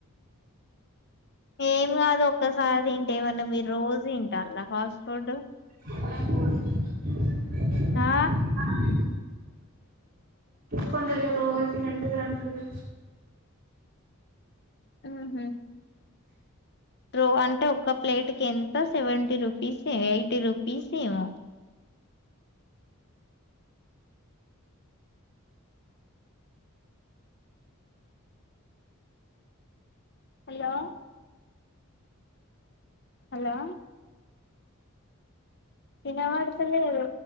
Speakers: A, on the left (about 50°); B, on the right (about 40°).
A: ఏం కాదు ఒక్కసారి తింటే ఏమన్నా మీరు రోజు తింటాల ఫాస్ట్ ఫుడ్
B: అవును
A: ఆ
B: కురి రోస నెట్ంటగా
A: ఆ హమ్ ప్రో అంటే ఒక ప్లేట్కి ఎంత సెవెంటీ రూపీస్ ఏో ఎయిటీ రూపీస్ ఏమో హలో హలో ఇ నవాడుతలేదు